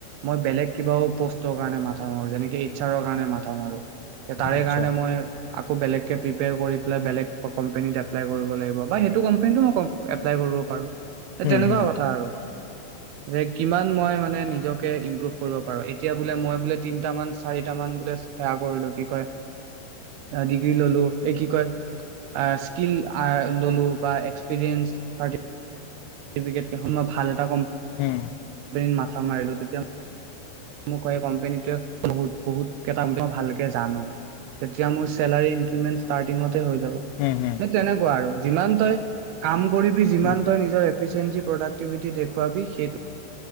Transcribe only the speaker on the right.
মই বেলেগ কিবাও প'ষ্টৰ কাৰণে মাথা মাৰোযেনেকে এইচ্ছাৰৰ কাৰণে মাথা মাৰো। তাৰে
কাৰণে মই আকৌ বেলেগ কে পিপ্ৰেয়া কৰি পেলাই বেলেগ কোম্পানীৰ এপ্লাই কৰিব লাগিব বা সেইটো কোম্পানীতো এপ্লাই কৰিব পাৰো।
তেনেকুৱা
কথা আৰু যে কিমান মই মানে নিজকে ইম্প্ৰুভ পাৰো এতিয়া বোলে মই বোলে তিনটা মান চাৰিটা মান বোলে সেৱা কৰিলো কি কয় ডিগ্ৰী ল'লো এই কি কয় স্কিল ল'লো বা এক্সপিৰিয়েঞ্চ চাৰ্ত পিকেত কিখন মই ভাল এটা কোম্পানী
ত' মাথা মাৰিলো তেতিয়া মোক কোম্পনীটোৱে বহুত বহুত কই ভালকে জানো তেতিয়া মোৰ চেলাৰী ইনক্ৰিমেন্ট ষ্টাৰ্টিঙত হৈ যাব,
সেই তেনেকুৱা আৰু যিমান তই কাম কৰিবি যিমান
তই নিজৰ এফিচিয়েঞ্চি প্ৰডাক্টিভিটি দেখুৱাবি সেইটো